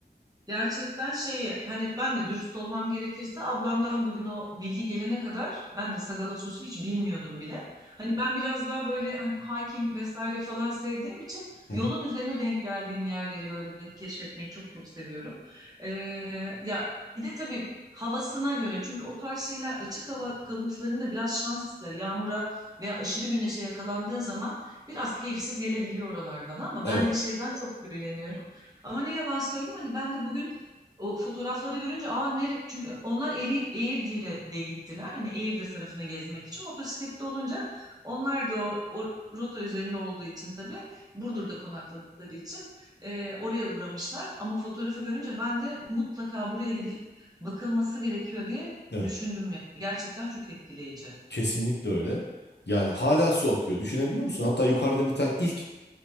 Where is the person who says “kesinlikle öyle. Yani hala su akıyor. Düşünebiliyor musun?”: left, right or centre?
Left